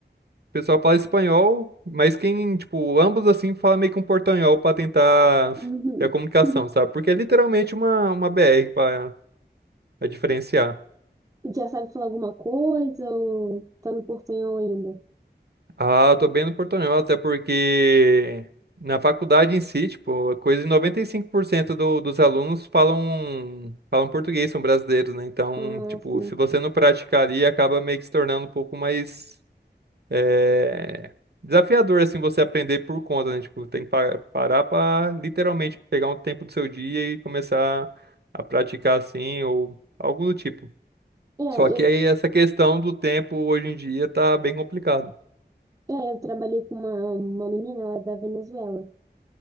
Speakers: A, on the right; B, on the right.
A: pessoal fala espanhol, mas quem, tipo, ambos assim fala meio que um portanhol pra tentar
B: uhum.
A: ter a comunicação,
B: <laughs>
A: sabe? Porque é literalmente uma, uma BR pra pra diferenciar.
B: Já sabe falar alguma coisa ou tá no portunhol ainda?
A: Ah, eu tô bem no portanhol, até porque na faculdade em si, tipo, é coisa de 95% do, dos alunos falam, falam português, são brasileiros, né? Então,
B: Ah,
A: tipo,
B: sim.
A: se você não praticar ali, acaba meio que se tornando um pouco mais É desafiador, assim, você aprender por conta, né? Tipo, tem que pa- parar pra literalmente pegar um tempo do seu dia e começar a praticar assim, ou algo do tipo.
B: É,
A: Só que
B: eu
A: aí essa questão do tempo hoje em dia tá bem complicado.
B: É, eu trabalhei com uma, uma menina ela é da Venezuela.